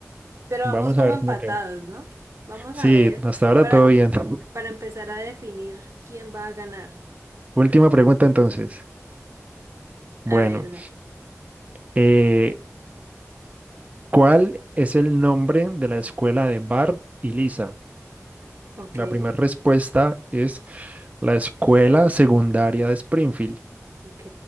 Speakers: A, on the right; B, on the right.
A: pero
B: Vamos
A: vamos como
B: a ver
A: empatados,
B: cómo te va.
A: ¿no? Vamos
B: Sí,
A: a ver,
B: hasta ahora
A: para,
B: todo bien. <laughs>
A: para empezar a definir quién va a ganar.
B: Última pregunta entonces. Bueno,
A: A ver, da-
B: eh, ¿cuál es el nombre de la escuela de Bart y Lisa?
A: ok,
B: La primera respuesta es la escuela secundaria de Springfield.
A: ok.